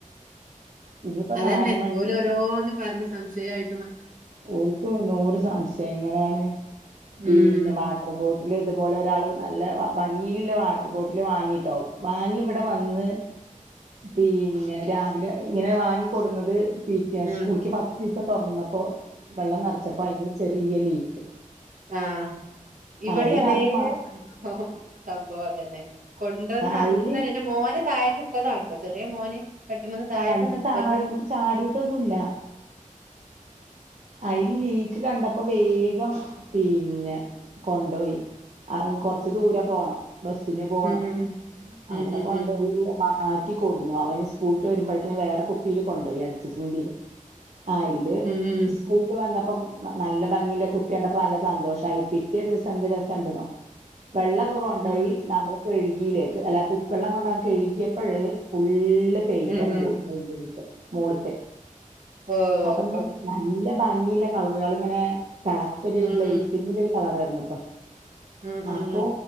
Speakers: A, on the right; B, on the right.
A: ഇനിയിപ്പോ
B: അതന്നെ
A: നാല്
B: ഓലോ ഓരോന്ന് പറഞ്ഞ് സംശയമായി.
A: ഓരുപ്പോ നൂറ് സംശയങ്ങളാണ്. പിന്നെ
B: ഉം
A: വാട്ടർ ബോട്ടിൽ,,,. പോലെ ഒരാള് നല്ല ഭംഗിയിലുള്ള വാട്ടർ ബോട്ടിൽ വാങ്ങിട്ടാകും വാങ്ങി ഇവിടെ
B: ഉം
A: വന്ന്.. പിന്നെ രാവിലെ ഇങ്ങനെ വാങ്ങി കൊടുന്നത് പിറ്റേദിവസം
B: ഉം
A: സ്കൂളക്ക് ഫസ്റ്റ് ദിവസം. തുറന്നപ്പോ വെള്ളം നിറച്ചപ്പോ അതിന് ചെറിയ ലീക്ക്.
B: ആ ഇവിടെ
A: അയില്
B: അതേ
A: അത് മാ
B: സംഭവം സംഭവം അതന്നെ കൊണ്ടുവന്ന് അന്ന്
A: അയില്
B: എൻറെ മോന് തായ. കിട്ടതാണ് ഇപ്പൊ ചെറിയ മോനെ. താഴേക്കൊന്ന്
A: ആ ഇത് താഴത്തേക്ക്
B: വരണമെന്ന്...
A: ചാടിയിട്ടൊന്നുല്ല അൽ ലീക്ക് കണ്ടപ്പോ വേഗം പിന്നെ കൊണ്ടോയി. അ കൊറച്ച് ദൂരെ പോണം ബസിന് പോണം
B: ഉം ഉം ഉം
A: അവിടെ
B: ഉം
A: കൊണ്ട്
B: ഉം
A: പോയിഈ.. മാറ്റികൊടുന്നു അവന് സ്കൂളിട്ട് വരുമ്പോഴേക്കനെ വേറെ കുപ്പിയിൽ കൊണ്ടോയി അഡ്ജസ്റ്റ്മെന്റ് ചെയ്ത്. അയില്.
B: ഉം ഉം
A: അത്ത് വന്നപ്പോ നല്ല ഭംഗിയില്ല കുപ്പി കണ്ടപ്പോ നല്ല സന്തോഷമായി പിറ്റേ ദിവസം എന്ത്തു രസം ഉണ്ട് ന്നോ രസുണ്ടെന്നോ. വെള്ളക്കെ കൊണ്ടുപോയി
B: ഉം
A: നമ്മൾ കഴുക.. യിലേക്ക് അല്ല കുപ്പെള്ളം കൊണ്ട് പോകാൻ കഴുകിയപ്പോഴ ഫുൾ.. പൈന്റ്
B: ഉം
A: ങ്ങട്ട്പോയി
B: ഉം
A: അതിന്റെ ഉള്ളിലത്തെ മോളിത്തെ
B: ഓ ഓ
A: അപ്പൊ ന്ന... ല്ലഭംഗില്ല കളറുകൾ ഇങ്ങനെ തളക്ക ഒരു
B: ഉം
A: ഗ്ലേസിങ്ങിലെ
B: ഉം
A: ഒരു കളറായിരുന്നുട്ടോ..
B: ഉം ഉം
A: അപ്പൊ